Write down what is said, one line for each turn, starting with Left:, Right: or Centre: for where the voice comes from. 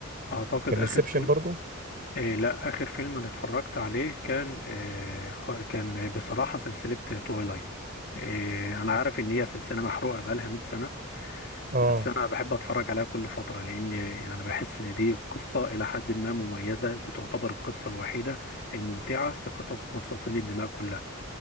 Left: اعتقد
Right: كان انسبشن
Left: اخر فيلم
Right: برضو
Left: آه لا اخر فيلم انا اتفرجت عليه كان آه خ- كان بصراحة سلسلة تويلايت آه انا عارف ان هي سلسلة محروقة بقالها 100 سنة
Right: اه
Left: بس انا بحب اتفرج عليها كل فتره لان يعني بحس ان دي قصه الى حد ما مميزه دي تعتبر القصه الوحيده الممتعه في قصص مصاصين الدماء كلها